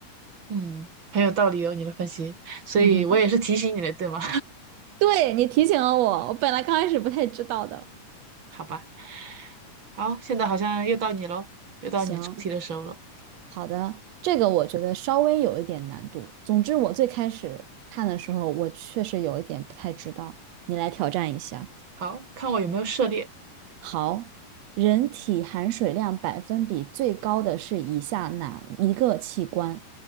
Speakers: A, on the right; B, on the right.
A: 嗯，很有道理哦，你的分析，所以我也是提醒你的，
B: 嗯哼，
A: 对吗？
B: 对，你提醒了我，我本来刚开始不太知道的。
A: <laughs> 好吧，好，现在好像又到你喽，又到你出题的时候了。
B: 行，好的，这个我觉得稍微有一点难度。总之，我最开始看的时候，我确实有一点不太知道，你来挑战一下。
A: 好，看我有没有涉猎。
B: 好，人体含水量百分比最高的是以下哪一个器官？